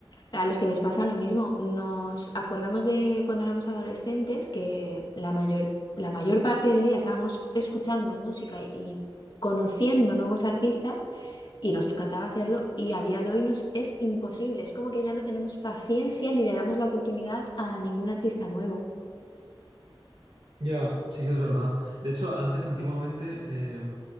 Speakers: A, on the left; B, on the right.
A: a los que les pasa lo mismo. Nos acordamos de cuando éramos adolescentes que la mayor, la mayor parte del día estábamos escuchando música y, y conociendo nuevos artistas y nos encantaba hacerlo y a día de hoy nos es imposible. Es como que ya no tenemos paciencia ni le damos la oportunidad a ningún artista nuevo.
B: Ya, sí que es verdad. De hecho, antes, antiguamente, eh,